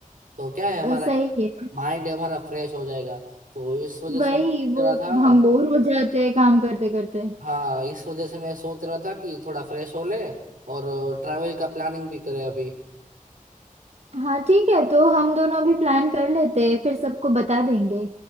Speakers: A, on the right; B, on the right.
A: तो क्या है हमारा
B: अ, सही
A: एक
B: है
A: माइंड हमारा फ्रेश हो जाएगा तो इस वजह से
B: वही
A: मैं सोच
B: वो
A: रहा था
B: हम बोर हो जाते हैं काम करते करते
A: हाँ इस वजह से मैं सोच रहा था कि थोड़ा फ्रेश हो ले और ट्रैवल का प्लानिंग भी करें अभी
B: हाँ ठीक है तो हम दोनों अभी प्लान कर लेते हैं फिर सबको बता देंगे